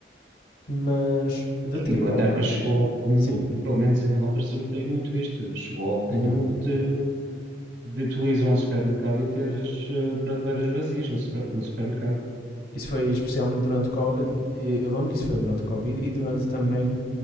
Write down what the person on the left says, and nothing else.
Mas deteriorou
mais?
Sim,
então.
Isso foi especialmente durante o co- Eu eu lembro que isso foi durante o Covid e durante também